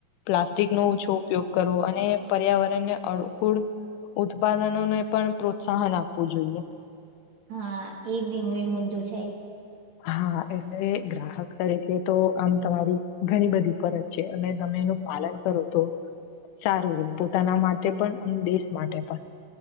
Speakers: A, on the left; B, on the right.
A: પ્લાસ્ટિક નો ઓછો ઉપયોગ કરવો અને પર્યાવરણને અનુકૂળ ઉત્પાદનોને પણ પ્રોત્સાહન આપવું જોઈએ
B: હા એ બી મેન મુદ્દો છે
A: હા એટલે ગ્રાહક તરીકે તો આમ તમારી ઘણી બધી ફરજ છે અને તમે એનું પાલન કરો તો સારું રહે પોતાના માટે પણ અને દેશ માટે પણ